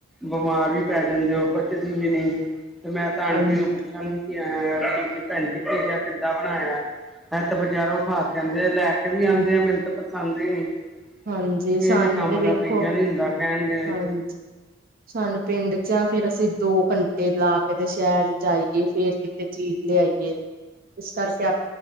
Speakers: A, in the centre; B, on the right.
A: ਬਿਮਾਰ ਵੀ ਪੈ ਜਾਂਦੇ ਔ ਪਚਦੀ ਵੀ ਨੀ। ਤੇ ਮੈਂ ਤਾਂ ਆਂਟੀ
B: ਹਾਂਜੀ
A: ਨੂੰ ਪੁੱਛਾਂਗੀ ਕਿ ਅ ਤੁਸੀਂ ਭੈਣ ਜੀ ਚੀ ਜਾ ਕੇ ਬਣਾਇਆ ਮ ਤੇ ਬਜਾਰੋਂ ਖਾ ਕੇ ਆਂਦੇ ਆ ਲੈ ਕੇ
B: ਹਾਂਜੀ।
A: ਵੀ ਆਂਦੇ ਆ ਮੈਨੂੰ ਤਾਂ ਪਸੰਦ ਈ ਨੀ
B: ਹਾਂਜੀ
A: ਕਿਸੇ
B: ਸਾਨੂੰ
A: ਕੰਮ
B: ਤੇ
A: ਦਾ
B: ਵੇਖੋ
A: ਪੀਜਾ ਨੀ ਹੁੰਦਾ। ਕਹਿਣਗੇ
B: ਹਾਂਜੀ ਸਾਨੂੰ ਪਿੰਡ ਚ ਫੇਰ ਅਸੀਂ ਦੋ ਘੰਟੇ ਲਾ ਕੇ ਤੇ ਸ਼ਹਿਰ ਚ ਜਾਈਏ ਫੇਰ ਕਿਤੇ ਚੀਜ਼ ਲਿਆਈਏ ਇਸ ਕਰਕੇ ਆਪ